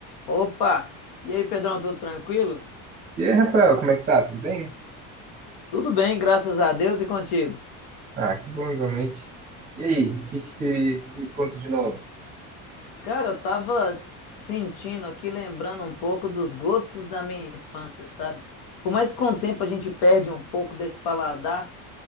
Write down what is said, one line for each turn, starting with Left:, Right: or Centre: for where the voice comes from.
Left: Opa! E aí, Pedrão, tudo tranquilo?
Right: E aí, Rafael, como é que tá? Tudo bem?
Left: Tudo bem, graças a Deus e contigo.
Right: Ah, que bom igualmente. E aí, o que que você me conta de novo?
Left: Cara, eu tava sentindo aqui, lembrando um pouco dos gostos da minha infância, sabe? Por mais que com o tempo a gente perde um pouco desse paladar,